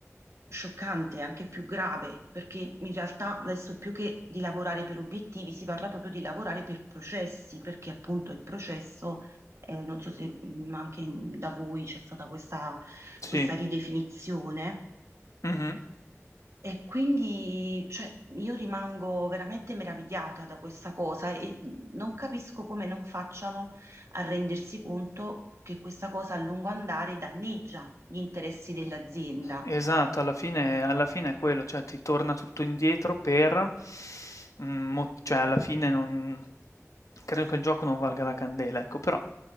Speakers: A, on the right; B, on the left.
A: scioccante, anche più grave, perché in realtà adesso più che di lavorare per obiettivi si parla proprio di lavorare per processi, perché appunto il processo, eh, non so se mh, anche in- da voi c'è stata questa
B: Sì,
A: questa ridefinizione
B: mh-mh.
A: e quindi, cioè, io rimango veramente meravigliata da questa cosa e non capisco come non facciano a rendersi conto che questa cosa a lungo andare danneggia gli interessi dell'azienda.
B: Esatto, alla fine alla fine è quello, cioè ti torna tutto indietro per mhmm, mo cioè alla fine non credo che il gioco non valga la candela, ecco, però,